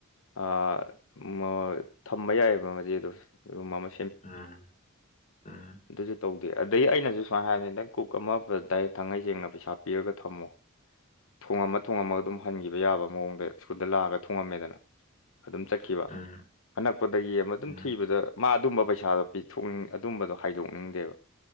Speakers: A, on the left; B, on the left.
A: ꯑꯥ ꯃꫭꯏ ꯊꯝꯕ ꯌꯥꯏꯑꯕ ꯃꯆꯦꯗꯨꯁꯨ ꯃꯥ ꯃ
B: ꯎꯝ ꯎꯝ
A: ꯑꯗꯨꯁꯨ ꯇꯧꯗꯦ ꯑꯗꯩ ꯑꯩꯅꯁꯨ ꯁꯨꯃꯥꯏ ꯍꯥꯏꯕꯅꯤ ꯅꯪ ꯀꯨꯛ ꯑꯃ ꯗꯥꯏꯔꯦꯛ ꯊꯥꯡꯍꯩ ꯁꯦꯡꯅ ꯄꯩꯁꯥ ꯄꯤꯔꯒ ꯊꯝꯃꯣ꯫ ꯊꯣꯡꯉꯝꯃ ꯊꯣꯡꯉꯝꯃꯒ ꯑꯗꯨꯝ ꯍꯟꯈꯤꯕ ꯌꯥꯕ ꯃꯑꯣꯡꯗ ꯁ꯭ꯀꯨꯜꯗ ꯂꯥꯛꯑꯒ ꯊꯣꯡꯉꯝꯃꯦꯗꯅ꯫ ꯑꯗꯨꯝ ꯆꯠꯈꯤꯕ
B: ꯎꯝ
A: ꯑꯅꯛꯄꯗꯒꯤ ꯑꯃ ꯑꯗꯨꯝ
B: ꯎꯝ
A: ꯊꯤꯕꯗ ꯃꯥ ꯑꯗꯨꯝꯕ ꯄꯩꯁꯥꯗꯣ ꯄꯤꯊꯣꯛꯅꯤꯡ ꯑꯗꯨꯝꯕꯗꯣ ꯍꯥꯏꯗꯣꯛꯅꯤꯡꯗꯦꯕ